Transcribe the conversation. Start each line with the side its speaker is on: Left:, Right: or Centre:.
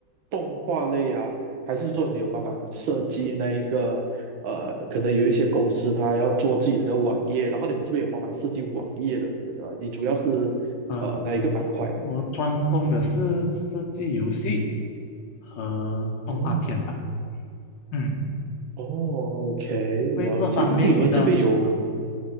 Right: 动画类啊，还是说你有帮忙设计那一个呃，可能有一些公司它要做自己的网页，然后你们这边有帮忙设计网页的，呃，你主要是呃哪一个板块的？
Left: 呃，我专攻的是设计游戏和动画片吧。
Right: 嗯，
Left: 嗯，
Right: 哦，OK，
Left: 因为这方面比较啊，
Right: 了解。那你们这边有
Left: 呃